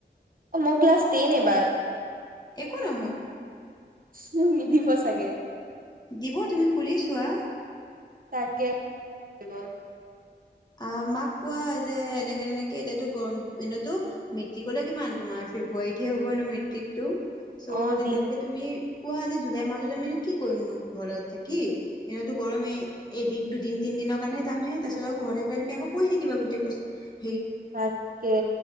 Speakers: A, on the right (about 55°); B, on the left (about 25°).
A: অ', মই ক্লাছ টেন এবাৰ
B: একো নহয়।
A: মোক নিদিব চাগে
B: দিব তুমি সুধিছোৱা-
A: তাকে দিব।
B: অ', মাক কোৱা যে এনেকে তেনেকে এতিয়াতো গৰম দিনতো মেট্ৰিকলৈ কিমান তোমাৰ ফেব্ৰুৱাৰীতহে হ'ব নো মেট্ৰিকতটো চ'
A: অ
B: তেতিয়ালৈকে
A: দিম
B: তুমি- কোৱা যে জুলাই মাহত আমিনো কি কৰিমনো ঘৰত থাকি, দিনতো গৰমেই এদিন, দুদিন, তিনদিনৰ কাৰণে যামহে তাৰ পিছত ঘৰত আহিবা তুমি আকৌ পঢ়ি থাকিবা গোটেই বছৰতো -
A: তাকে